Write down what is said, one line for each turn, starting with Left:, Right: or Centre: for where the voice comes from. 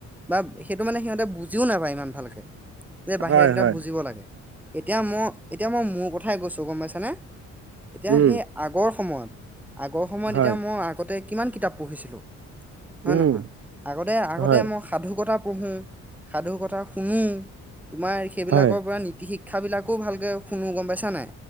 Centre: বা সেইটো মানে সিহঁতে বুজিও নাপায় ইমান ভালকে।। যে বাহিৰা
Right: হয়
Centre: কিতাপ
Right: হয়
Centre: বুজিব লাগে, এতিয়া মই এতিয়া মই মোৰ কথাই গৈছো গ'ম পাইছানে! এতিয়া
Right: উম
Centre: সেই আগৰ সময়ত আগৰ সময়ত
Right: হয়।
Centre: এতিয়া মই আগতে কিমান কিতাপ পঢ়িছিলোঁ হয়
Right: উম
Centre: নে নহয়? আগতে আগতে
Right: হয়।
Centre: মই সাধু কথা পঢ়োঁ, সাধু কথা শুনো, তোমাৰ সেইবিলাকৰ
Right: হয়
Centre: পৰা নীতি শিক্ষ শিক্ষাবিলাকো ভালকৈ শুনো গম পাইছা নে নাই?